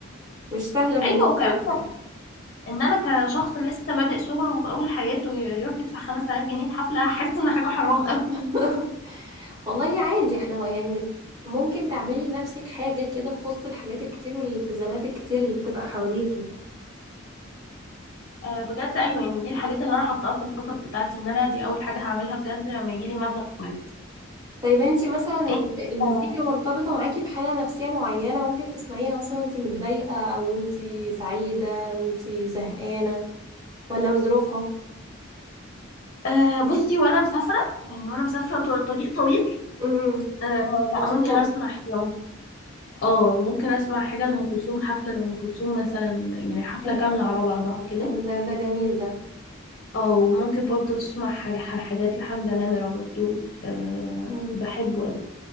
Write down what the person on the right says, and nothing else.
مش سهلة بالنسبة
لي يعني
<laughs> والله عادي احنا يعني ممكن تعملي لنفسك حاجة كده في وسط الحاجات الكتير والالتزامات الكتير اللي بتبقى حواليكي
طيب انتي مثلا
ال- المزيكا
مرتبطة معاكي بحالة نفسية معينة ممكن تسمعيها مثلا وانتي متضايقة او انتي سعيدة وانتي زهقانة ولا بظروفها
امم
وصلت
حلو
أيوة، ده ده جميل ده
مم.